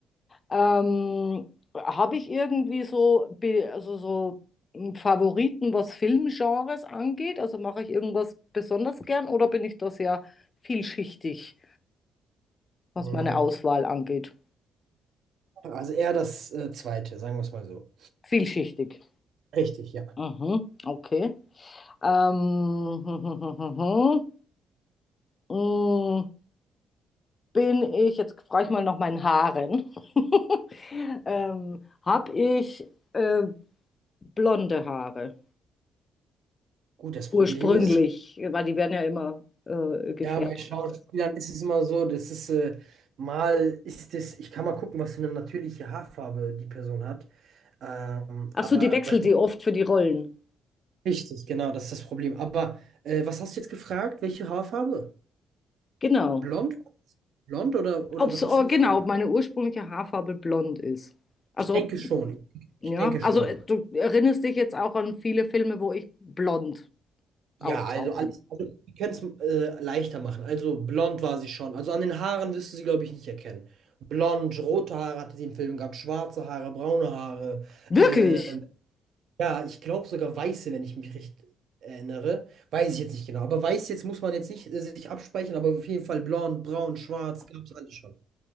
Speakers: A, on the left; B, on the right.
A: Ähm, habe ich irgendwie so, be- also so einen Favoriten, was Filmgenres angeht? Also mache ich irgendwas besonders gern oder bin ich da sehr vielschichtig, was
B: Mm,
A: meine Auswahl angeht?
B: Also eher das äh, zweite, sagen wir es mal so.
A: Vielschichtig.
B: Richtig, ja.
A: Mhm, okay. Ähm, <laughs> hm, hm, hm, hm, hm. mm, bin ich, jetzt frage ich mal nach meinen Haaren. <laughs> ähm, habe ich äh, blonde Haare?
B: Gut, das Problem
A: Ursprünglich,
B: ist,
A: weil die werden ja immer äh, gefärbt
B: ja, bei Schauspielern
A: öfters.
B: ist es immer so, das ist äh, mal ist es, ich kann mal gucken, was für eine natürliche Haarfarbe die Person hat. Ähm,
A: Ach
B: aber
A: so, die wechselt
B: bei
A: die oft für die Rollen.
B: Richtig, genau, das ist das Problem. Aber äh, was hast du jetzt gefragt? Welche Haarfarbe?
A: Genau.
B: Blond? Blond oder, oder
A: Ob's,
B: was
A: oh,
B: hast du gefragt?
A: genau, ob meine ursprüngliche Haarfarbe blond ist. Also
B: Ich denke
A: ob,
B: schon. Ich,
A: ja,
B: ich denke
A: also
B: schon.
A: äh, du erinnerst dich jetzt auch an viele Filme, wo ich blond
B: Ja,
A: auftauche.
B: also alles, also wir können es äh, leichter machen. Also blond war sie schon. Also an den Haaren wirst du sie, glaube ich, nicht erkennen. Blond, rote Haare hatte sie im Film gehabt, schwarze Haare, braune Haare.
A: Wirklich?
B: ähm, ja, ich glaube sogar weiße, wenn ich mich recht erinnere. Weiß ich jetzt nicht genau. Aber weiß jetzt muss man jetzt nicht äh, sich abspeichern, aber auf jeden Fall blond, braun, schwarz, gab es alles schon.